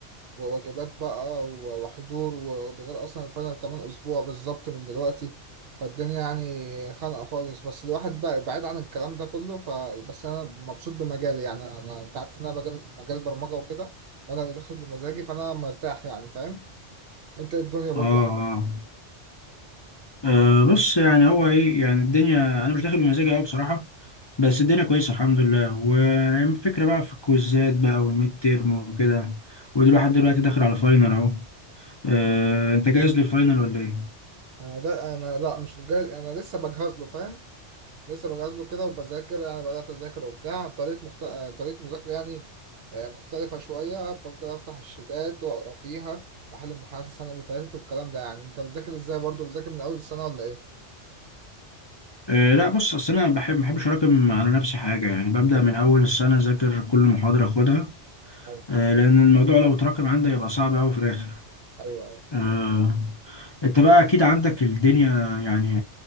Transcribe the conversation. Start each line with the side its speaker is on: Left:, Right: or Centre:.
Right: وواجبات بقى و- وحضور و- وده غير اصلا الفاينل كمان اسبوع بالظبط من دلوقتي فالدنيا يعني خانقة خالص بس الواحد بقى بعيد عن الكلام ده كله ف... بس انا مبسوط بمجالي يعني انا انا- انت عارف ان انا مجال مجال برمجة وكده وانا اللي داخل بمزاجي فانا مرتاح يعني فاهم انت إيه الدنيا برضو
Left: اه اه
Right: عندك
Left: آه، بص يعني هو ايه يعني الدنيا انا مش داخل بمزاجي قوي بصراحة بس الدنيا كويسة الحمد لله والفكرة بقى في الكويزات بقى والميد تيرم وكده ودلوقتي لحد دلوقتي داخل على فاينل اهو آه،
Right: ايوه
Left: انت جاهز للفاينل ولا ايه؟
Right: انا ده انا لا مش جاي انا لسه بجهز له فاهم لسه بجهز له كده وبذاكر يعني بدأت أذاكر وبتاع طريقة مخت... آه، طريقة مذاكرة يعني آه، مختلفة شوية بفضل أفتح الشتات وأقرأ فيها وأحل امتحانات السنة اللي فاتت والكلام ده يعني أنت بتذاكر إزاي برضو بتذاكر من أول السنة ولا إيه؟
Left: أه لا بص اصل انا بحب ما بحبش اراكم على نفسي حاجه يعني ببدا من اول السنه اذاكر كل محاضره اخدها
Right: أيوه
Left: أه لان الموضوع لو اتراكم عندي يبقى صعب قوي في الاخر
Right: أيوه أيوه
Left: أه انت بقى اكيد عندك الدنيا يعني